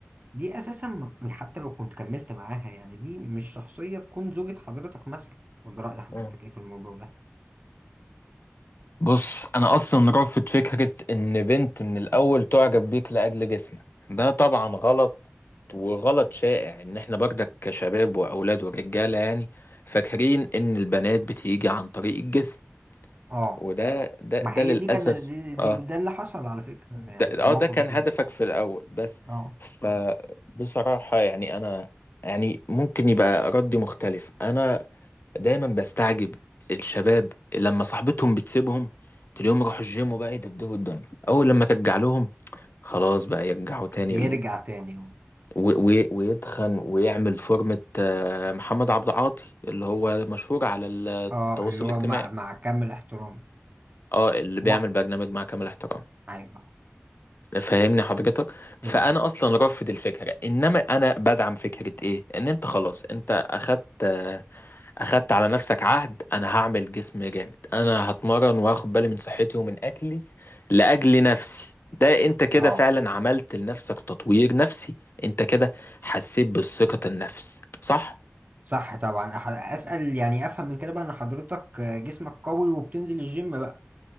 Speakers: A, on the right; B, on the left.
A: دي اساسا م- حتى لو كنت كملت معاها يعني دي مش شخصية تكون زوجة حضرتك مثلا ولا رأي حضرتك
B: مم.
A: ايه في الموضوع ده
B: بص انا اصلا رافض فكرة ان بنت من الاول تعجب بيك لاجل جسمك ده طبعا غلط وغلط شائع ان احنا برضك كشباب واولاد ورجاله يعني فاكرين ان البنات بتيجي عن طريق الجسم
A: اه
B: وده ده
A: ما
B: ده
A: هي
B: للاسف
A: دي كان دي دي-
B: اه
A: ده اللي حصل على فكرة
B: ده
A: يعني في
B: اه
A: الموقف
B: ده كان
A: بتاعي
B: هدفك في الاول بس
A: اه
B: فبصراحه يعني انا يعني ممكن يبقى ردي مختلف انا دايما بستعجب الشباب لما صاحبتهم بتسيبهم تلاقيهم راحوا الجيم وبقى يدبدبوا الدنيا اول لما ترجع لهم خلاص بقى يرجعوا تاني
A: يرجع تاني
B: و- و- ويتخن ويعمل فورمة آه، محمد عبد العاطي اللي هو مشهور على التواصل
A: اه اللي هو
B: الاجتماعي
A: مع مع كامل احترامي
B: اه اللي بيعمل
A: وك
B: برنامج مع كامل احترام
A: ايوه
B: فاهمني حضرتك
A: مم.
B: فانا اصلا رافض الفكره انما انا بدعم فكره ايه ان انت خلاص انت اخدت آه، اخدت على نفسك عهد انا هعمل جسم جامد انا هتمرن واخد بالي من صحتي ومن اكلي لاجل نفسي ده انت كده
A: اه
B: فعلا عملت لنفسك تطوير نفسي انت كده حسيت بالثقه النفس صح
A: صح طبعا أح- اسال يعني افهم من كده بقى ان حضرتك جسمك قوي وبتنزل الجيم بقى